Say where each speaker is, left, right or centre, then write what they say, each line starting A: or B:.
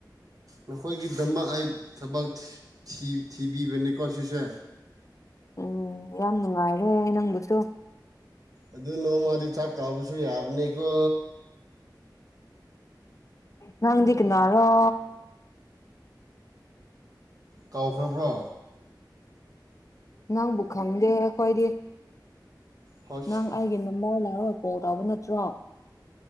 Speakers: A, on the right (about 50°); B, on the left (about 45°).
A: ꯅꯈꯣꯏꯒꯤꯗꯃꯛ ꯑꯩ ꯊꯕꯛ ꯊꯤꯕꯤꯕꯅꯤꯀꯣ ꯁꯤꯁꯦ
B: ꯎꯝ ꯌꯥꯝ ꯅꯨꯡꯉꯥꯏꯔꯦ ꯅꯪꯗꯨꯁꯨ
A: ꯑꯗꯨ ꯅꯣꯡꯃꯗꯤ ꯆꯥꯛ ꯀꯥꯕꯁꯨ ꯌꯥꯕꯅꯤꯀꯣ
B: ꯅꯡꯗꯤ ꯀꯅꯔꯣ
A: ꯀꯥꯎꯈ꯭ꯔꯕ꯭ꯔꯣ
B: ꯅꯪꯕꯨ ꯈꯪꯗꯦ ꯑꯩꯈꯣꯏꯗꯤ
A: ꯍꯣꯁ
B: ꯅꯪ ꯑꯩꯒꯤ ꯅꯝꯕꯔ ꯂꯥꯛꯔꯣꯏ ꯀꯣꯜ ꯇꯧꯕ ꯅꯠꯇ꯭ꯔꯣ